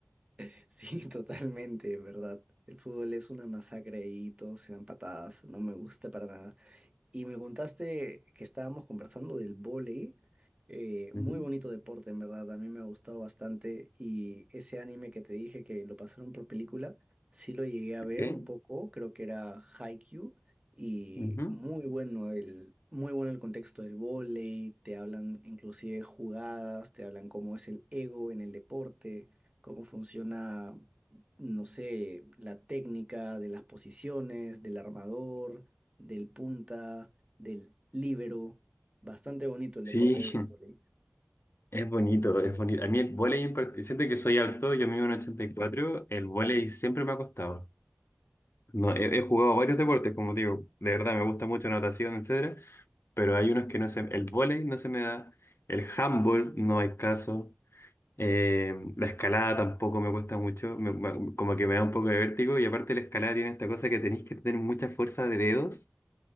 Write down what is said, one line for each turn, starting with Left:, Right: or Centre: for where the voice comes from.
Right: <laughs> Sí, totalmente, ¿verdad? El fútbol es una masacre y todos se dan patadas, no me gusta para nada. Y me contaste que estábamos conversando del vóley, eh,
Left: Ujú.
Right: muy bonito deporte en verdad, a mí me ha gustado bastante y ese anime que te dije que lo pasaron por película, sí lo llegué a ver
Left: Ok.
Right: un poco, creo que era Haikyuu y
Left: Ujú.
Right: muy bueno el, muy bueno el contexto del vóley, te hablan inclusive jugadas, te hablan cómo es el ego en el deporte, cómo funciona, no sé, la técnica de las posiciones, del armador del punta, del líbero. Bastante bonito el
Left: Sí,
Right: deporte
Left: <laughs>
Right: del vóley.
Left: Es bonito, es bonito. A mí el vóley en particular, siento que soy alto, yo mido en 84, el vóley siempre me ha costado. No, he, he jugado varios deportes, como digo, de verdad me gusta mucho natación, etcétera, pero hay unos que no se, el vóley no se me da, el handball no hay caso, eh, la escalada tampoco me cuesta mucho, me- me- como que me da un poco de vértigo y aparte la escalada tiene esta cosa que tenéis que tener mucha fuerza de dedos,